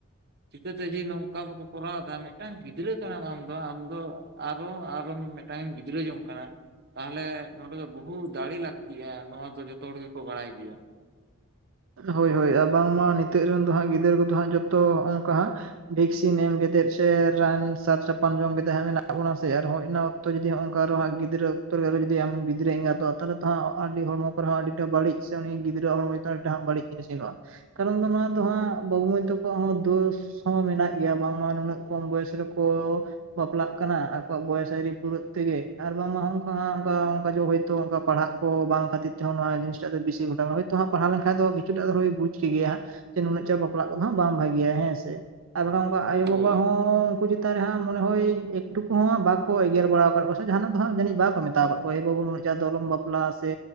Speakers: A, on the right (about 50°); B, on the right (about 65°).
A: ᱪᱤᱠᱟᱹᱛᱮ ᱡᱮ ᱱᱚᱝ ᱠᱟ ᱠᱚᱠᱚ ᱠᱚᱨᱟᱣ ᱮᱫᱟ ᱢᱤᱫᱴᱟᱝ ᱜᱤᱫᱽᱨᱟᱹ ᱠᱟᱱᱟᱢ ᱟᱢ ᱫᱚ ᱟᱢ ᱫᱚ ᱟᱨᱚ, ᱟᱨᱚ ᱢᱤᱫᱴᱟᱝ ᱮᱢ ᱜᱤᱫᱽᱨᱟᱹ ᱡᱚᱝ ᱠᱟᱱᱟ, ᱛᱟᱦᱚᱞᱮ ᱱᱚᱰᱮ ᱫᱚ ᱵᱚᱦᱩ ᱫᱟᱲᱮ ᱞᱟᱠᱛᱤᱜᱼᱟ ᱱᱚᱣᱟ ᱫᱚ ᱡᱚᱛᱚ ᱦᱚᱲ ᱜᱮᱠᱚ ᱵᱟᱲᱟᱭ ᱜᱮᱭᱟ᱾
B: ᱦᱳᱭ ᱦᱳᱭ ᱟᱨ ᱵᱟᱝᱢᱟ ᱱᱤᱛᱟᱹᱜ ᱨᱮᱱ ᱫᱚ ᱦᱟᱸᱜ ᱜᱤᱫᱟᱹᱨ ᱠᱚᱫᱚ ᱦᱟᱸᱜ ᱡᱚᱛᱚ ᱚᱝᱠᱟ ᱦᱟᱸᱜ᱾ ᱵᱷᱮᱠᱥᱤᱱ ᱮᱢ ᱠᱟᱛᱮᱫ ᱥᱮ ᱨᱟᱱ ᱥᱟᱨ ᱪᱟᱯᱟᱱ ᱡᱚᱢ ᱠᱟᱛᱮ ᱦᱟᱸᱜ ᱢᱮᱱᱟᱜ ᱵᱚᱱᱟ ᱥᱮ ᱟᱨ‌ ᱦᱚᱸᱭ ᱟᱱᱟ ᱛᱚ ᱡᱩᱫᱤ ᱦᱚᱸᱜ-ᱚ ᱚᱝᱠᱟ ᱟᱨᱚ ᱦᱟᱸᱜ ᱜᱤᱫᱽᱨᱟᱹ ᱚᱠᱛᱚ ᱨᱮᱜᱮ ᱟᱨᱚ ᱡᱩᱫᱤ ᱟᱢ ᱜᱤᱫᱽᱨᱟᱹ ᱮᱸᱜᱟᱛᱚᱜ-ᱟ ᱛᱟᱦᱚᱞᱮ ᱛᱚ ᱦᱟᱸᱜ ᱟᱰᱤ ᱦᱚᱲᱚᱢᱚ ᱠᱚ ᱨᱮᱦᱚᱸ ᱟᱹᱰᱤᱴᱟᱜ ᱵᱟᱲᱤᱡ ᱥᱮ ᱩᱱᱤ ᱜᱤᱫᱽᱨᱟᱹᱣᱟᱜ ᱦᱚᱲᱢᱚ <inaudible> ᱵᱟᱲᱤᱡ ᱡᱤᱱᱤᱥ ᱧᱮᱞᱟᱜ-ᱟ᱾ ᱠᱟᱨᱚᱱ ᱫᱚ ᱱᱚᱣᱟ ᱫᱚ ᱦᱟᱸᱜ ᱵᱟᱹᱵᱩ ᱢᱟᱹᱭ ᱛᱟᱠᱚᱣᱟᱜ ᱦᱚᱸ ᱫᱳᱥ ᱦᱚᱸ ᱢᱮᱱᱟᱜ ᱜᱮᱭᱟ ᱵᱟᱝᱢᱟ ᱱᱩᱱᱟᱹᱜ ᱠᱚᱢ ᱵᱚᱭᱮᱥ ᱨᱮᱠᱚ ᱵᱟᱯᱞᱟᱜ ᱠᱟᱱᱟ ᱟᱠᱚᱣᱟᱜ ᱵᱚᱭᱮᱥ ᱟᱹᱨᱤ ᱯᱩᱨᱟᱹᱜ ᱛᱮᱜᱮ ᱟᱨ ᱵᱟᱝᱢᱟ ᱚᱱᱠᱟ ᱚᱱᱠᱟ ᱚᱱᱠᱟ ᱦᱳᱭᱛᱳ ᱚᱱᱠᱟ ᱯᱟᱲᱦᱟᱜ ᱵᱟᱝ ᱠᱷᱟᱹᱛᱤᱨ ᱛᱮᱦᱚᱸ ᱱᱚᱣᱟ ᱡᱤᱱᱤᱥᱴᱟᱜ ᱫᱚ ᱵᱤᱥᱤ ᱜᱷᱚᱴᱟᱣᱼᱟ, ᱦᱳᱭ ᱛᱚ ᱦᱟᱸᱜ ᱯᱟᱲᱟᱣ ᱞᱮᱱᱷᱟᱟᱱ ᱫᱚ ᱠᱤᱪᱩᱴᱟᱜ ᱵᱩᱡᱽ ᱠᱮᱜᱮᱭᱟ ᱱᱩᱱᱟᱹᱜ ᱪᱟᱨ ᱵᱟᱯᱞᱟᱜ ᱠᱚᱫᱚ ᱵᱟᱝ ᱵᱷᱟᱹᱜᱮᱭᱟ ᱦᱮᱸ ᱥᱮ ᱾ ᱟᱨ ᱵᱟᱠᱷᱟᱱ ᱟᱭᱳ
A: ᱦᱳᱭ
B: ᱵᱟᱵᱟ ᱦᱚᱸ ᱠᱩ ᱡᱩᱫᱤ ᱢᱮᱛᱟᱭ ᱨᱮᱦᱚᱭ ᱢᱚᱱᱮ ᱦᱳᱭ ᱮᱠᱴᱩ ᱠᱚᱦᱚᱸ ᱵᱟᱠᱚ ᱮᱜᱮᱨ ᱵᱟᱲᱟᱟᱣ ᱟᱠᱟᱫ ᱠᱚᱣᱟ ᱥᱮ ᱡᱟᱦᱟᱱᱟᱜ ᱫᱚ ᱦᱟᱸᱜ ᱡᱟᱹᱱᱤᱡ ᱵᱟᱠᱚ ᱢᱮᱛᱟᱣ ᱟᱠᱟᱫ ᱠᱚᱣᱟ ᱮ ᱵᱟᱹᱵᱩ ᱟ ᱫᱚ ᱟᱞᱚᱢ ᱵᱟᱯᱞᱟ ᱟᱥᱮ